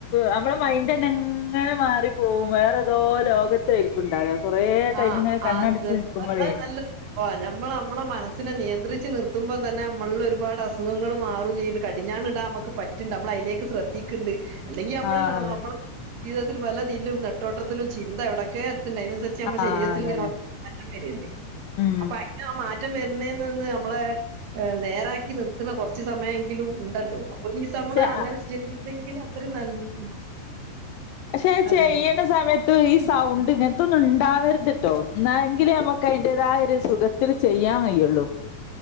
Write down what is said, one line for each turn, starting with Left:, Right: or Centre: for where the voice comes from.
Left: നമ്മളെ മൈൻഡ് തന്നെ ഇങ്ങനെ മാറി പോകും വേറെതോ ലോക ഇരിക്കുംണ്ടാകെ കൊറേടൈമി
Right: ആഹ്
Left: കണ്ണടച്ച്
Right: അത്
Left: നിക്കുമ്പോളേ
Right: അത് നല്ല ഓ നമ്മൾ നമ്മളെ മനസ്സിനെ നിയന്ത്രിച്ച് നിർത്തുമ്പോൾ തന്നെ നമ്മളിൽ ഒരുപാട് അസുഖങ്ങൾ മാറും ചെയ് കഴും കടിഞ്ഞാൻ ഇടാൻ നമുക്ക് പറ്റുണ്ട് നമ്മള അതിലേക്ക് ശ്രദ്ധിക്കുന്നുണ്ട് അല്ലെങ്കിൽ നമ്മള
Left: ആഹ് അതന്നെ
Right: നമ്മള ജീവിതത്തിൽ പലതില്ലും നെട്ടോട്ടത്തിലും ചിന്ത ഇവിടൊക്കെ എത്തണ്ട് നമ്മുടെ ശരീരത്തിൽ
Left: ആഹ് അതന്നെ
Right: ഇങ്ങനെമാറ്റം വരുവല്ലേ
Left: ഉം
Right: അപ്പൊ അയിന് ആഹ മാറ്റം വരുന്നേ നിന്ന് നമ്മളെ നേരാക്കി നിർത്തുന്ന കൊറച്ചു സമയമെങ്കിലും ഉണ്ടല്ലോ ഒരു ദീസ നമ്മള്
Left: പക്ഷെ
Right: അങ്ങനെ ചെയ്യുന്നെങ്കിൽ അത്രയും നല്ല
Left: പക്ഷെ
Right: അതന്നെ
Left: ചെയ്യണ സമയത്ത് ഈ സൗണ്ട് ഇങ്ങനത്തൊന്നും ഉണ്ടാവരുത്ട്ടോ ഒന്നെങ്കിലേ നമുക്ക് അതിന്റേതായരു സുഖ ഒത്തിരി ചെയ്യാൻ കയിയുള്ളൂ